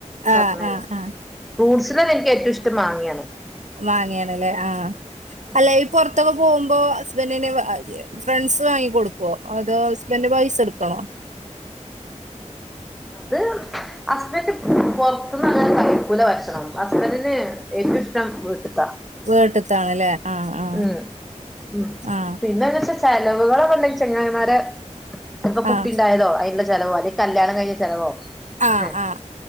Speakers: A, on the right; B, in the centre.
A: ആ
B: പർഞ്ഞെ.
A: ആ ആ
B: ഫ്രൂട്ട്സില് ഇൻക്ക് ഏറ്റവും ഇഷ്ടം മാങ്ങ്യണ്.
A: മാങ്ങിയാണ് ലെ ആഹ്
B: ഉം
A: അല്ലെ ഈ പൊർത്തൊക്കെ പോവുമ്പോ ഹസ്ബെന്റിന് വാ ഫ്രണ്ട്സ് വാങ്ങി കൊട്ക്കോ അതോ ഹസ്ബെന്റ് പൈസ ഇട്ക്കോ?
B: അത് ഹസ്ബെന്റ് പൊർത്ത്ന്ന് അങ്ങനെ കഴ്ക്കൂല ഭക്ഷണം ഹസ്ബെന്റിന് ഏറ്റവും ഇഷ്ടം വിട്ട്ത്താ
A: വീട്ടിത്താണല്ലേ ആ ആ
B: ഉം ഉം
A: ആ
B: പിന്നെ എന്താ വെച്ചാ ചെലവുകളൊക്കെ ഇണ്ടെങ്കി ചെങ്ങായ്മാരെ ചെൽപ്പം
A: ആ
B: കുട്ടി ഇണ്ടായതോ അയിന് ഇള്ള ചെലവോ അല്ലെ കല്യാണം കഴിഞ്ഞ ചെലവോ
A: ആ
B: ഹും
A: ആ